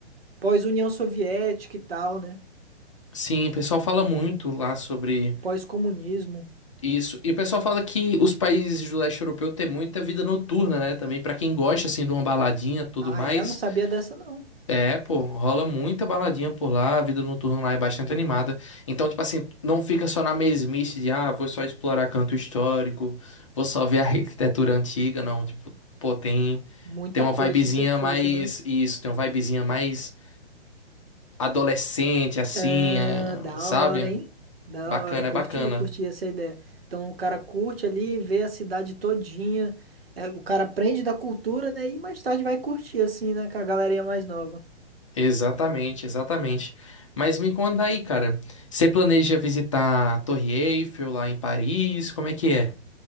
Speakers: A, on the right; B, on the left.
A: pós-União Soviética e tal, né?
B: Sim, o pessoal fala muito lá sobre
A: Pós-comunismo.
B: isso. E o pessoal fala que os países do leste europeu têm muita vida noturna, né? Também pra quem gosta assim de uma baladinha, e tudo
A: Ah,
B: mais.
A: é? Eu não sabia dessa, não.
B: É, pô, rola muita baladinha por lá, a vida noturna lá é bastante animada. Então, tipo assim, não fica só na mesmice de, ah, vou só explorar canto histórico, vou só ver a arquitetura antiga, não, tipo, pô, tem
A: Muita
B: tem uma
A: coisa
B: vibezinha
A: a ser feita,
B: mais
A: né?
B: isso, tem uma vibezinha mais adolescente, assim,
A: Ah,
B: é,
A: da
B: sabe?
A: hora, hein? Da
B: Bacana,
A: hora. Curti,
B: é bacana.
A: curti essa ideia. Então o cara curte ali, vê a cidade todinha. É, o cara aprende da cultura, né? E mais tarde vai curtir, assim, né? Com a galerinha mais nova.
B: Exatamente, exatamente. Mas me conta aí, cara. Você planeja visitar a Torre Eiffel lá em Paris? Como é que é?